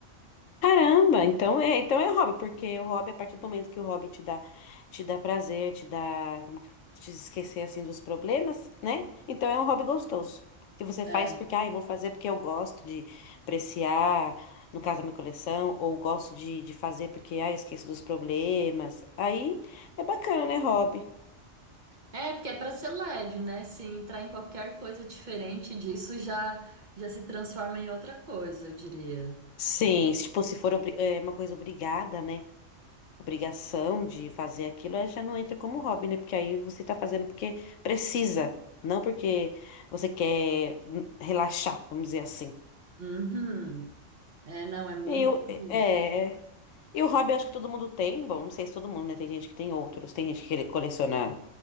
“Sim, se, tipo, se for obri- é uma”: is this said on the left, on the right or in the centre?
Left